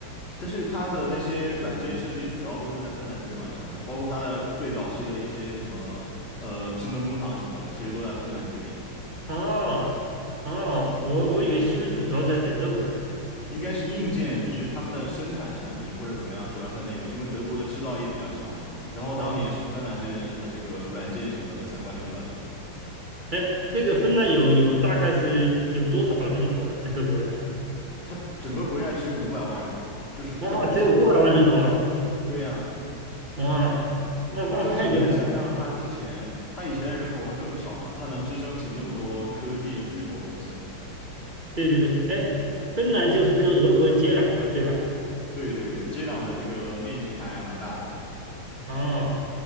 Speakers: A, on the left (about 30°); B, on the right (about 30°).
A: 但是它的那些软件设计主要都是在芬兰这边完成的，包括它的最早期的一些什么呃智能工厂什么的，其实都在芬兰这边。
B: 哦哦，我我以为西门子主要在德国呢。
A: 应该是硬件，就是他们的生产产品或者怎么样，主要是在那边，因为德国的制造业比较强嘛。然后当年是芬兰这边的，
B: 啊，
A: 它这个软件什么的相关的比较厉害。
B: 哎，这个芬兰有有大概是有多少人口啊？整个国家？
A: 它整个国家只有五百万人口啊，就是特别的小。
B: 哇，只有五百万人口啊！
A: 对呀，
B: 哇，那那太厉害了。
A: 就是很难想象他之前，他以前的人口会更少嘛，他能支撑起那么多科技巨头公司。
B: 对对对，哎，芬兰就是跟俄国接壤的，对吧？
A: 对对对，接壤的这个面积还蛮大的。
B: 哦，